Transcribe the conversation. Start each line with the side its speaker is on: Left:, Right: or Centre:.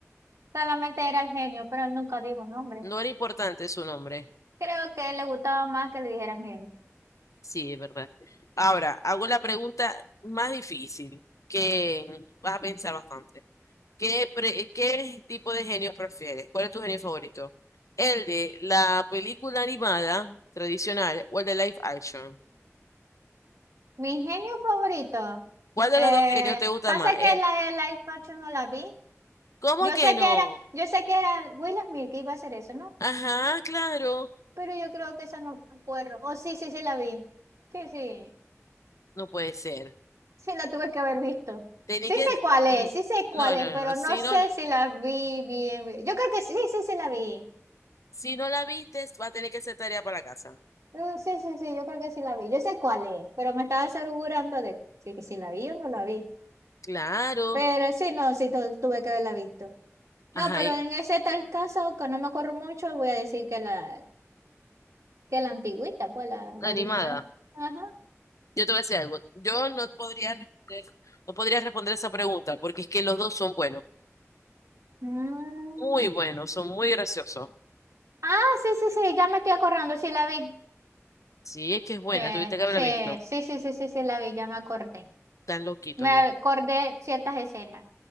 Right: solamente era el genio, pero él nunca dijo nombre.
Left: No era importante su nombre.
Right: Creo que le gustaba más que le dijeran genio.
Left: Sí, es verdad. Ahora, hago la pregunta más difícil, que vas a pensar bastante. ¿Qué, pre- qué tipo de genio prefieres? ¿Cuál es tu genio favorito? ¿El de la película animada tradicional o el de live action?
Right: Mi genio favorito.
Left: ¿Cuál de
Right: Eh,
Left: los dos genios te gusta
Right: pasa
Left: más? Eh,
Right: que la de Life Action no la vi.
Left: ¿Cómo
Right: Yo
Left: que
Right: sé
Left: no?
Right: que era, yo sé que era Will Smith que iba a hacer eso, ¿no?
Left: Ajá, claro.
Right: Pero yo creo que esa no me acuerdo. Oh, sí, sí, sí la vi. Sí, sí.
Left: No puede ser.
Right: Sí la tuve que haber visto.
Left: Tenía
Right: Sí
Left: que...
Right: sé cuál es, sí sé cuál
Left: No, no,
Right: es,
Left: no,
Right: pero
Left: no. Si
Right: no sé
Left: no,
Right: si la vi bien. bien. Yo creo que sí, sí, sí la vi.
Left: si no la viste, va a tener que hacer tarea para la casa.
Right: Mm, sí, sí, sí, yo creo que sí la vi. Yo sé cuál es, pero me estaba asegurando de si, que si la vi o no la vi.
Left: Claro.
Right: Pero sí, no, sí tu- tuve que haberla visto. No,
Left: Ajá,
Right: pero
Left: y-
Right: en ese tal caso, que no me acuerdo mucho, voy a decir que la, que la antigüita, pues la,
Left: animada.
Right: la original. Ajá.
Left: Yo te voy a decir algo. Yo no podría responder, no podría responder esa pregunta porque es que los dos son buenos.
Right: Mm.
Left: Muy buenos, son muy graciosos.
Right: Ah, sí, sí, sí, ya me estoy acordando, sí la vi.
Left: Sí, es que es buena.
Right: Eh,
Left: Tuviste que haberla
Right: sí,
Left: visto.
Right: sí, sí, sí, sí, sí, la vi, ya me acordé.
Left: Están loquitos
Right: Me
Left: los.
Right: acordé ciertas escenas.